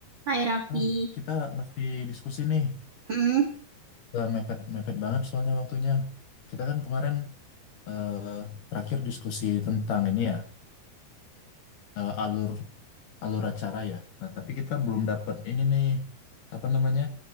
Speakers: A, on the right; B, on the left.
A: Hai Raffi,
B: Kan kita mesti diskusi nih.
A: hmm,
B: Udah mepet mepet banget soalnya waktunya. Kita kan kemarin eh, terakhir diskusi tentang ini ya eh, alur alur acara ya. Nah tapi kita belum dapat ini nih apa namanya